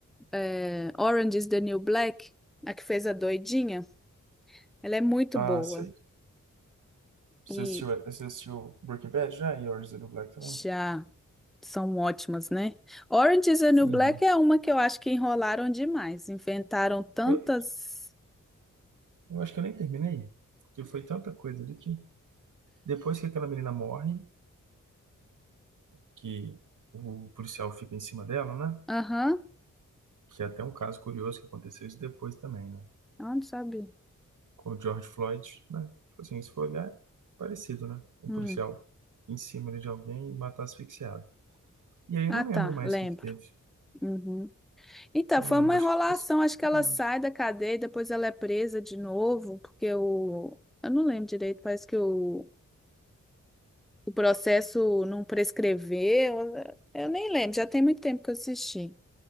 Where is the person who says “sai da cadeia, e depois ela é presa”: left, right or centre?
Centre